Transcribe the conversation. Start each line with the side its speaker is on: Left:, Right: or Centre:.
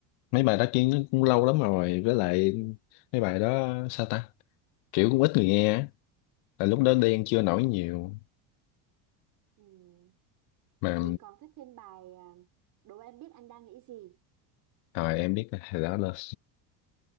Left: mấy bài đó kia nó cũng lâu lắm rồi với lại mấy bài đó sao ta kiểu cũng ít người nghe á tại lúc đó
Right: ừ
Left: đen chưa nổi nhiều
Right: ừ
Left: mà
Right: chị còn thích thêm bài à, đố em biết anh đang nghĩ gì
Left: rồi em biết là hồi đó là <laughs>